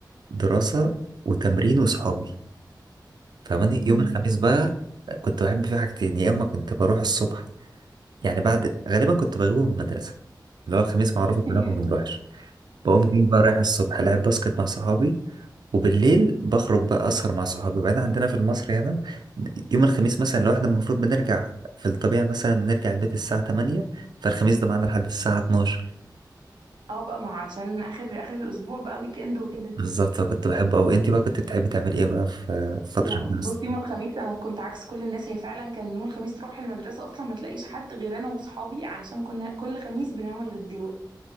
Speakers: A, on the right; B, on the right.
A: دراسة وتمرين وصحابي فماني
B: <laughs> مم.
A: يوم الخميس بقى كنت بحب فيه حاجتين يا اما كنت بروح الصبح يعني بعد غالبا كنت بغيبه من المدرسة اللي هو الخميس معروفة
B: فيها.
A: كلنا ما بنروحش بقوم جاي بقى رايح الصبح العب باسكت مع صحابي وبالليل بخرج بقى اسهر مع صحابي وبعدين عندنا في المصري هنا يوم الخميس مثلا لو احنا المفروض بنرجع في الطبيعة مثلا نرجع البيت الساعة 8 فالخميس ده معانا لحد الساعة 12
B: اه بقى ما علشان اخر اخر الاسبوع بقى ويك اند وكده
A: بالظبط فكنت بحبه أوي انت بقى كنت بتحبي تعملي ايه بقى في في فترة
B: لا
A: الدراسة
B: بص يوم الخميس انا كنت عكس كل الناس هي فعلا كان يوم الخميس تروح المدرسه اصلا ما تلاقيش حد غير انا واصحابي علشان كنا كل خميس بنعمل غداوه